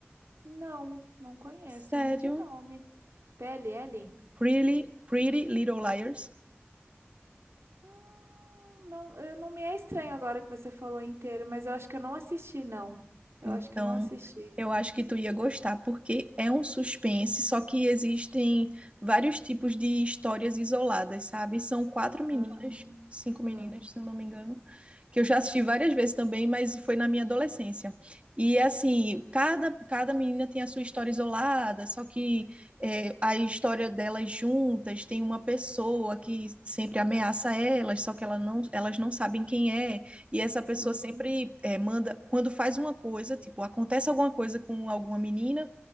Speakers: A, on the right; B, on the right.
A: Não, não conheço
B: Sério?
A: nem de nome. p l L?
B: Pretty, Pretty Little Liars.
A: Hum, Não, eu, não me é estranho agora que você falou inteiro, mas eu acho que eu não assisti, não. Eu
B: Então,
A: acho que eu não assisti.
B: eu acho que tu ia gostar, porque é um suspense, só que existem vários tipos de histórias isoladas, sabe? São quatro meninas,
A: Ah.
B: cinco
A: Hum.
B: meninas, se eu não me engano, que eu já assisti várias vezes também, mas foi na minha adolescência. E assim, cada, cada menina tem a sua história isolada, só que é, a história delas juntas tem uma pessoa que sempre ameaça elas, só que ela não, elas não sabem quem é. E essa pessoa
A: Uhum.
B: sempre é, manda, quando faz uma coisa, tipo, acontece alguma coisa com alguma menina,